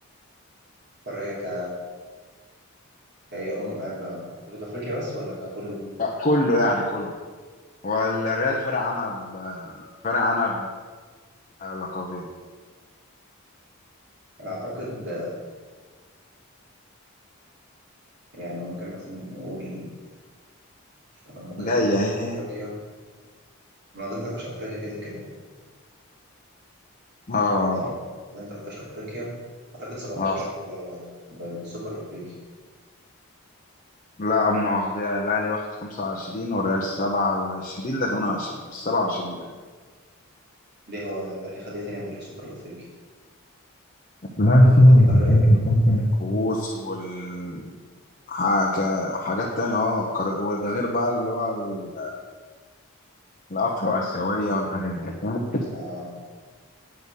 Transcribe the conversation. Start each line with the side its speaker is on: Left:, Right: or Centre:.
Right: قارية ك كأي أم آه، ب- حدود أفريقيا بس ولا ككله؟
Left: آه، كله يعني كله والريال فارق عنها ب... فارق عنها بلقبين
Right: يعني أعتقد يعني ممكن مثلا نقول في مناطقين
Left: جاية
Right: 13
Left: اهي
Right: أفريقيا مناطقين 13 أفريقيا كده كده
Left: اه
Right: صح؟ مناطقين 13 أفريقيا أعتقد 17
Left: اه
Right: كله على بعضه ب- بالسوبر الأفريقي
Left: لا أما واخدها الأهلي واخد خمسة وعشرين والريال سبعة وعشرين لا تمانية وعشرين مش سبعة وعشرين بقى
Right: ليه هو الأهلي خد إيه تاني غير السوبر الأفريقي؟
Left: لا
Right: في
Left: السوبر
Right: بطولة تانية قارية؟
Left: الافريقي الفترة كؤوس وال حاجة- حاجات تانية اه كر- وده غير بقى اللي هو ال- الأفرو آسيوية والحاجات دي فاهم
Right: آه